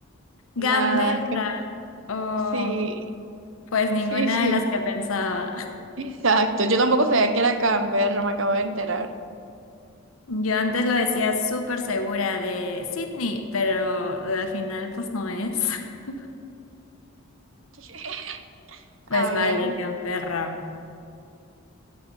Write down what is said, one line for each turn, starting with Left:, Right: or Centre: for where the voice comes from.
Right: Nada,
Left: Canberra.
Right: es que
Left: Oh,
Right: sí,
Left: pues ninguna
Right: sí, sí.
Left: de las que pensaba.
Right: Exacto. Yo tampoco sabía que era Canberra, me acabo de enterar.
Left: Yo antes lo decía súper segura de Sydney, pero al final pues no es. <laughs>
Right: <laughs>
Left: Pues
Right: A
Left: vale,
Right: ver,
Left: Canberra.